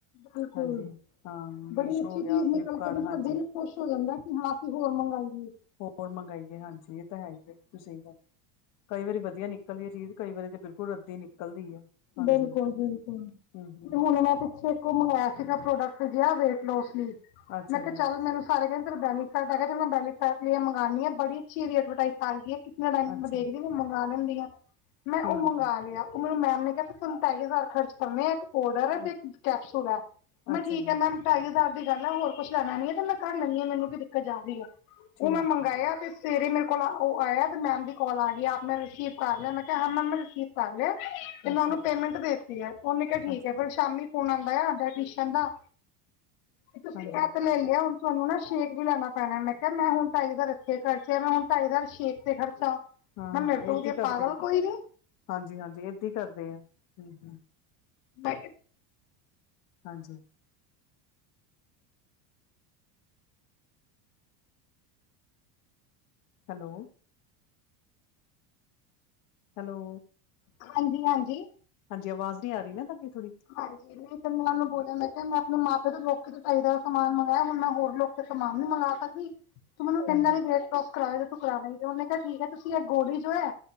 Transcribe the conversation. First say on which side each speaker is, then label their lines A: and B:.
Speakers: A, on the left (about 70°); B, on the left (about 45°).
A: ਬਿਲਕੁਲ,
B: ਹਾਂਜੀ। ਹਾਂ ਮੀਸ਼ੋ
A: ਬੜੀ ਅੱਛੀ
B: ਹੋ ਗਿਆ
A: ਚੀਜ਼
B: ਫਲਿੱਪਕਾਰਟ
A: ਨਿਕਲ ਕੇ ਤੁਹਾਡੀ
B: ਹਾਂਜੀ
A: ਖੁਸ਼ ਹੋ ਜਾਂਦਾ ਕਿ ਹਾਂ, ਅਸੀਂ ਹੋਰ ਮੰਗਵਾਇਆ।
B: ਹੋਰ ਮੰਗਾਈਏ, ਹਾਂਜੀ ਇਹ ਤਾਂ ਹੈ ਹੀ ਹੈ। ਹੀ ਗੱਲ ਕਈ ਵਾਰੀ ਵਧੀਆ ਨਿਕਲਦੀ ਹੈ, ਚੀਜ਼ ਕਈ ਵਾਰੀ ਤਾਂ ਬਿਲਕੁਲ ਰੱਦੀ ਨਿਕਲਦੀ ਹੈ। ਹਾਂਜੀ
A: ਬਿਲਕੁਲ- ਬਿਲਕੁਲ,
B: ਹੂੰ-ਹੂੰ।
A: ਤੇ ਹੁਣ ਮੈਂ ਪਿੱਛੇ ਇਕ ਉਹ ਮੰਗਵਾਇਆ ਸੀਗਾ ਪ੍ਰੋਡਕਟ ਜਿਹਾ ਵੇਟ ਲੋਸ ਲਈ,
B: ਅੱਛਾ
A: ਮੈਂ ਕਿਹਾ
B: ਜੀ
A: ਚੱਲ ਮੈਨੂੰ ਸਾਰੇ ਕਹਿੰਦੇ ਤੇਰਾ ਬੈਨੀ ਹੈਗਾ ਚਲ ਮੈਂ ਬੈਲੀ ਫੈਟ ਲਈ ਮੈਂ ਮੰਗਾਣੀ ਆ, ਬੜੀ ਅੱਛੀ ਐਡਵਰਟਾਈਜ਼ ਆ ਗਈ ਐ, ਕਿਤਨਾ ਟਾਈਮ
B: ਅੱਛਾ
A: ਮੈਂ ਦੇਖਦੀ
B: ਜੀ,
A: ਮੰਗਵਾ ਲੈਂਦੀ ਆ, ਮੈਂ
B: ਠੀਕ
A: ਉਹ ਮੰਗਾ
B: ਹੈ
A: ਲਿਆ, ਉਹ ਮੈਨੂੰ ਮੈਮ ਨੇ ਕਿਹਾ ਤੁਹਾਨੂੰ ਸਤਾਈ ਹਜ਼ਾਰ ਖਰਚ ਕਰਨੇ ਆ, ਇੱਕ ਪੋਡਰ ਐ ਤੇ
B: ਅ
A: ਇੱਕ ਕੈਪਸੂਲ ਐ, ਮੈਂ
B: ਅੱਛਾ
A: ਠੀਕ
B: ਜੀ
A: ਹੈ ਮੈਮ ਢਾਈ ਹਜ਼ਾਰ ਦੀ ਗੱਲ ਹੈ ਹੋਰ ਕੁਛ ਲੈਨਾ ਨੀ ਐ, ਤੇ ਮੈਂ ਕਰ ਲੈਦੀ ਹਾਂ ਮੈਨੂੰ ਕੀ ਦਿੱਕਤ ਜਾਂਦੀ ਐ,
B: ਠੀਕ
A: ਉਹ ਮੈਂ ਮੰਗਵਾਇਆ
B: ਹੈ
A: ਤੇ ਸਵੇਰੇ ਮੇਰੇ ਕੋਲ ਉਹ ਆਇਆ ਤੇ ਮੈਮ ਦੀ ਕੋਲ ਆ ਗਈ, ਆਪ ਮੈਂ ਰਿਸੀਵ ਕਰ ਲਿਆ, ਮੈਂ ਕਿਹਾ ਹਾਂ ਮੈਮ ਮੈਂ ਰਿਸੀਵ ਕਰ ਲਿਆ ਤੇ ਮੈਂ
B: ਅੱਛਾ
A: ਉਹਨੂੰ ਪੇਮੈਂਟ ਦੇ ਦਿੱਤੀ ਐ ਉਹਨੇ ਕਿਹਾ ਠੀਕ
B: ਅੱਛਾ
A: ਐ, ਫੇਰ ਸ਼ਾਮੀ ਫੋਨ ਆਂਦਾ ਆ ਡਾਈਟਿਸ਼ਨ ਦਾ, ਤੇ ਤੁਸੀਂ
B: ਹਾਂਜੀ
A: ਐਹ ਤੇ ਲੈ ਲਿਓ ਤੁਹਾਨੂੰ ਨਾ ਸ਼ੇਕ ਵੀ ਲੈਣਾ ਪੈਣਾ, ਮੈਂ ਕਿਹਾ ਮੈਂ ਹੁਣ ਢਾਈ ਹਜ਼ਾਰ ਇੱਥੇ ਖਰਚਿਆ, ਮੈਂ ਹੁਣ ਢਾਈ ਹਜ਼ਾਰ ਸ਼ੇਕ ਤੇ ਖਰਚਾ।
B: ਹਾਂ,
A: ਮੈਂ
B: ਹਾਂ
A: ਮੇਰੇ ਤੋਂ
B: ਏਦ
A: ਵਧੀਆ
B: ਕਰਦੇ
A: ਪਾਗਲ
B: ਨੇ
A: ਕੋਈ ਨੀ
B: ਹਾਜੀ, ਹਾਂਜੀ ਏਦ ਕਰਦੇ ਆ ਹੂੰ-ਹੂੰ
A: ਮ
B: ਹਾਂਜੀ। ਹੈਲੋ। ਹੈਲੋ।
A: ਹਾਂਜੀ, ਹਾਂਜੀ।
B: ਹਾਂਜੀ, ਆਵਾਜ਼ ਨਹੀਂ ਆ ਰਹੀ ਨਾ ਤੁਹਾਡੀ ਪੁਰੀ
A: ਹਾਂਜੀ ਤਿੰ ਉਹ ਬੋਲਣ ਪ ਮੈਂ ਆਪਣੇ ਮਾਰਕੀਟ ਲੋਕ ਤੇ ਚਾਹੀਦਾ, ਸਮਾਨ ਮੰਗਾਇਆ, ਹੁਣ ਮੈਂ ਹੋਰ ਲੋਕ ਸਮਾਨ ਨੀ ਮੰਗਵਾ ਸਕਦੀ। ਤੂੰ ਮੈਨੂੰ ਇੰਨਾ
B: ਹਾਂਜੀ
A: ਵੀ ਵੇਟ ਲੋਸ ਕਰਵਾਇਆ ਤੂੰ ਕਰਾਣਾ ਤੇ ਉਹਨੇ ਕਿਹਾ ਠੀਕ ਹੈ ਤੁਸੀਂ ਇਹ ਗੋਲੀ ਜੋ ਹੈ।